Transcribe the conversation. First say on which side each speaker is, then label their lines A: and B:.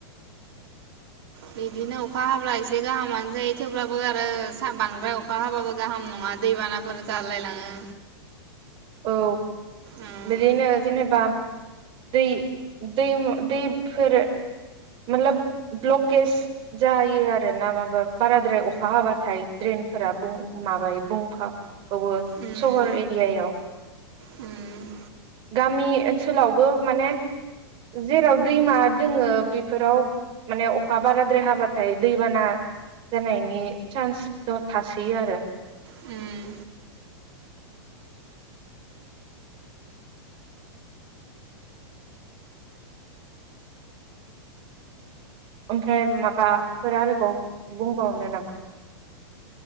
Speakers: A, on the right; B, on the right.
A: बिदिनो अखा हाब्ला एसे गाहामानो जायो थेवब्लाबो आरो बांद्राय अखा हाबाबो गाहाम नङा दैबानाफोर जालायलाङो।
B: औ।
A: उम
B: बिदिनो जेनेबा। दै-दैमु-दैफोरो माथलाब ब्लकेज जायो आरोना माबा बाराद्राय अखा हाबाथाय ड्रेनफोरा माबायो बुंफावो
A: उम
B: सहर एरियायाव
A: उम,
B: गामि ओनसोलावबो माने जेराव दैमा दोङो बे बेफोराव माने अखा बाराद्राय हाबाथाय दैबाना जानायनि चान्स थासैयो आरो
A: उम,
B: ओमफ्राय माबाफोर आरोबाव बुंबावनो नामा?